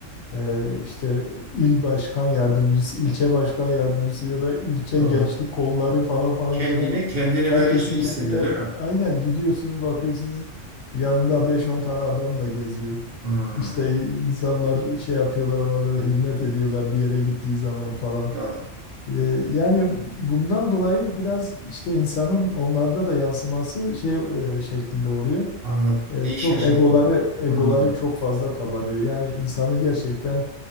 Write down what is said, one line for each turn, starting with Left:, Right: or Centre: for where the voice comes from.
Left: e, işte il başkan yardımcısı, ilçe başkan yardımcısı ya da ilçe
Right: Doğru.
Left: gençlik kolları falan falan
Right: Kendini
Left: böyle
Right: kendini
Left: herkesin
Right: böyle şey
Left: kendine
Right: hissediyor değil mi?
Left: aynen gidiyorsunuz bakıyorsunuz yanında beş on tane adamla geziyor.
Right: Hı.
Left: İşte insanlar şey yapıyorlar ona böyle hürmet ediyorlar bir yere gittiği zaman falan.
Right: Doğru.
Left: Ee, Yani bundan dolayı biraz işte insanın onlarda da yansıması şey e, şeklinde oluyor.
Right: Anladım.
Left: E,
Right: Değişme
Left: çok
Right: şekli.
Left: egoları egoları
Right: Hı.
Left: çok fazla kabarıyor. Yani insanı gerçekten